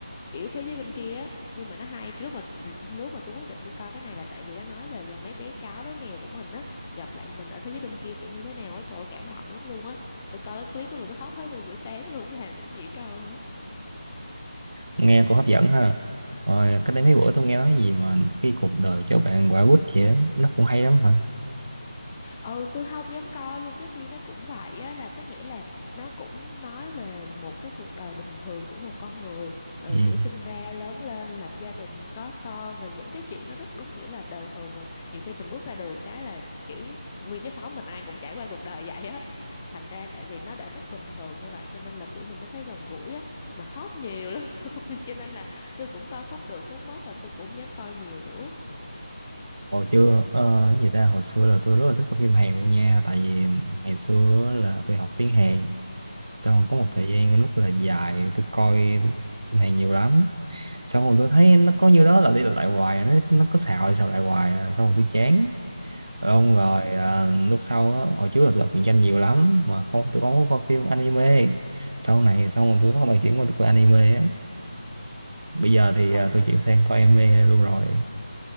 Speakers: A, on the left; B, on the right.
A: kiểu thế giới bên kia á nhưng mà nó hay lúc mà lúc mà tôi quyết định tôi coi cái này là tại vì nó nói về là mấy bé chó bé mèo của mình á gặp lại mình ở thế giới bên kia sẽ như thế nào á trời ơi, cảm động lắm luôn á tôi coi cái clip đó mà tôi khóc hết nguyên buổi sáng luôn không làm được gì hết trơn á
B: Nghe cũng hấp dẫn ha rồi cách đây mấy bữa tôi nghe nói gì mà khi cuộc đời cho bạn quả quýt vậy á, nó cũng hay lắm hả?
A: ừ tôi không dám coi luôn cái phim đó cũng vậy á là tức nghĩa là nó cũng nói về một cái cuộc đời bình thường của một con người ờ,
B: Ừ.
A: kiểu sinh ra lớn lên lập gia đình có con rồi những cái chuyện nó rất đúng kiểu là đời thường mà nhiều khi mình bước ra đường cái là kiểu nguyên cái xóm mình ai cũng trải qua cuộc đời vậy á thành ra tại vì nó đã rất bình thường như vậy cho nên là kiểu mình mới thấy gần gũi á mà khóc nhiều lắm <laughs> luôn cho nên là tôi cũng coi khúc được khúc mất và tôi cũng không dám coi nhiều nữa
B: Hồi chưa ờ, cái gì ta hồi xưa là tôi rất là thích coi phim Hàn luôn nha tại vì ngày xưa á là tôi học tiếng Hàn xong có
A: ừ
B: một thời gian rất là dài tôi coi phim Hàn nhiều lắm xong rồi tôi thấy nó có như đó là đi lặp lại hoài à, nó nó có xào đi xào lại hoài à. xong rồi tôi chán xong
A: ừ
B: rồi à, lúc sau á, hồi trước là tôi đọc truyện tranh nhiều lắm mà không tôi không có coi phim anime sau này xong rồi tôi bắt đầu chuyển qua tôi coi anime á bây giờ thì
A: ờ
B: à, tôi
A: nếu
B: chuyển sang coi anime luôn rồi